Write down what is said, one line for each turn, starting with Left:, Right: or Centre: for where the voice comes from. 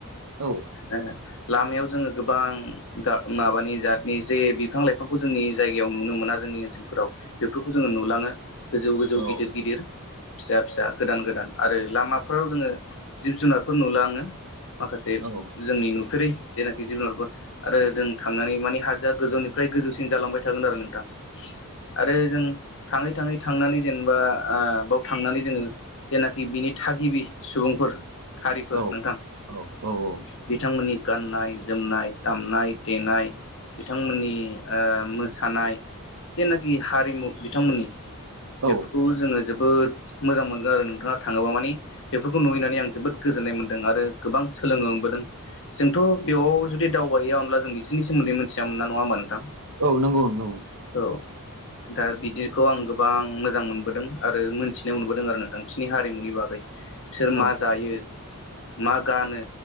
Right: औ
Left: ए लामायाव जोङो गोबां गा माबानि जातनि जे बिफां लाइफांखौ जोंनि जायगायाव नुनो मोना जों जोंनि ओनसोलफोराव बेफोरखौ जोङो नुलाङो गोजौ गोजौ
Right: औ
Left: गिदिर गिदिर फिसा फिसा गोदान गोदान आरो लामाफोराव जोङो जिब जुनारफोर नोलाङो माखासे
Right: औ
Left: जोंनि नुफेरै जेनाखि जिबुनारखौ आरो जों थांनानै माने हाजोआ‌ गोजौनिफ्राय गोजौसिन जालांबाय थागोन आरो नोंथां आरो जों थाङै थाङै थांनानै जेनेबा आ बयाव थांनानै जोङो जेनाखि बिनि थागिबि सुबुंफोर हारिफोर
Right: औ
Left: नोंथां
Right: औ औ
Left: बिथांमोननि गाननाय जोमनाय दामनाय देनाय बिथांमोननि आ मोसानाय जेनाखि हारिमु बिथांमोननि बेफोरखौ
Right: औ
Left: जोङो जोबोद जोबोद मोजां मोनगोन आरो नोंथाङा थाङोबा माने बेफोरखौ नुहैनानै आं जोबोद गोजोन्नाय मोन्दों आरो गोबां सोलोोनो मोनबोदों जोंथ' बेयाव जुदि दावबायहैया होमब्ला जों बिसोरनि सोमोन्दै मिथियामोन नङा होमा नोंथां
Right: औ नंगौ नंगौ
Left: औ दा बिदिखौ आं गोबां मोजां मोनबोदों आरो मोनथिनाय मोनबोदों आरो नोंथां बिसनि हारिमुनि बागै गै बिसोर
Right: औ
Left: मा जायो मा गानो